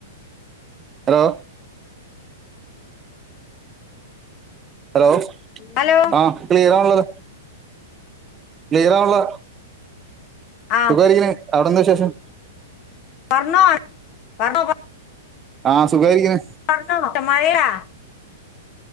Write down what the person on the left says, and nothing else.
ഹലോ
ആ
പറഞ്ഞോ <unintelligible>
പറഞ്ഞോ മൊത്തം മഴയാ